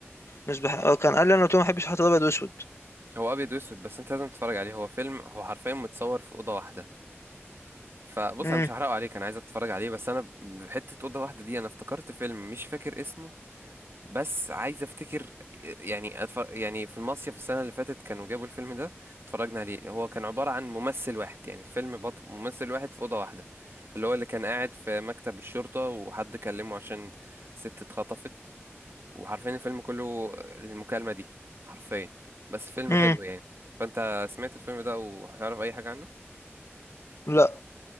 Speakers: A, on the left; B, on the right.
A: مش بح... آه، كان قال لي انا قلت له ما بحبش الحاجات الابيض واسود
B: هو ابيض واسود بس انت لازم تتفرج عليه هو فيلم هو حرفيا متصور في اوضه واحده فبص
A: امم
B: انا مش هحرقه عليك انا عايزك تتفرج عليه بس انا بحته اوضه واحده دي انا افتكرت فيلم مش فاكر اسمه بس عايز افتكر يعني أتفر... يعني في المصيف السنه اللي فاتت كانوا جابوا الفيلم ده اتفرجنا عليه هو كان عباره عن ممثل واحد يعني الفيلم بط... ممثل واحد في اوضه واحده اللي هو اللي كان قاعد في مكتب الشرطه وحد كلمه عشان ست اتخطفت وحرفيا الفيلم كله المكالمه دي حرفيا بس فيلم
A: امم
B: حلو يعني فانت سمعت الفيلم ده وهتعرف اي حاجه عنه
A: لا